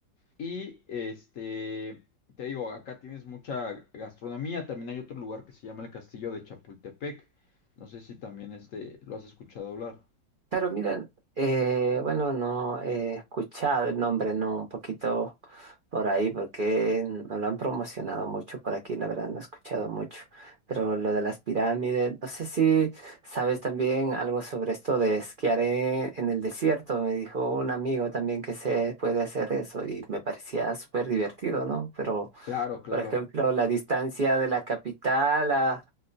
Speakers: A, on the left; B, on the right.
A: Y este, te digo, acá tienes mucha gastronomía. También hay otro lugar que se llama el Castillo de Chapultepec. No sé si también este lo has escuchado hablar.
B: Claro, mira, eh, bueno, no he escuchado el nombre, no, un poquito por ahí, porque no lo han promocionado mucho por aquí, la verdad no he escuchado mucho. Pero lo de las pirámides, no sé si sabes también algo sobre esto de esquiar en, en el desierto. Me dijo un amigo también que se puede hacer eso y me parecía súper divertido, ¿no? Pero
A: Claro, claro.
B: por ejemplo, la distancia de la capital a,